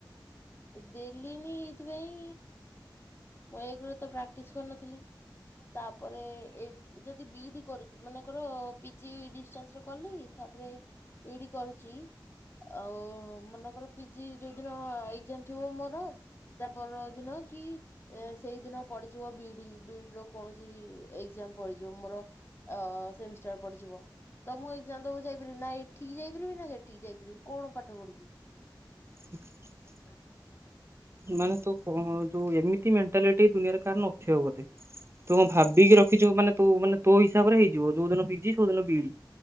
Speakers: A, on the left; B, on the right.
A: ଦେଲିନି ଏଇଥିପାଇଁ ମୁଁ ଏକ୍ ରେ ତ ପ୍ରାକ୍ଟିସ୍ କରିନଥିଲି। ତାପରେ ଏଇ ଯଦି ବିଇଡି କରୁଛୁ ମନେଙ୍କର ପିଜି ଡିନ୍ସସ୍ <unintelligible> ରେ କଲି ତାପରେ ବିଇଡି କରୁଚି ଆଉ ମନେକର ପିଜି ଯୋଉଦିନ ଏ ଯେମତି ହ <unintelligible> ମୋର ତାପର ଦିନ କି ଏ ସେଇଦିନ ପଡ଼ିଯିବ ବିଡି ବିଇଡି ର କୌଣସି ଏକଜାମ୍ ପଡ଼ି ଯିବ ମୋର ଅ ସେମିଷ୍ଟାର୍ <unintelligible> ପଡ଼ିଯିବ। ତ ମୁଁ ଏକ୍ଜାମ୍ <inaudible> ଦବାକୁଯାଇପାରିବିନି ନା ଏଠିକି ଯାଇପାରିବି ନା ସେଠିକି ଯାଇପାରିବି କଣ ପାଠ ପଢ଼ିବି?
B: <unintelligible>
A: ହ <inaudible>
B: ମାନେ ତ କଣ ଯୋଉ ଏମିତି ମେଣ୍ଟାଲିଟି ଦୁନିଆରେ କାହାର ନଥିବ ବୋଧେ ତୁ କଣ ଭାବିକି ରଖିଛୁ ମାନେ ତୁ ମାନେ ତୋ ହିସାବରେ ହେଇଯିବ ଯୋଉ ଦିନ ପିଜି କୋଉଦିନ ବିଇଡି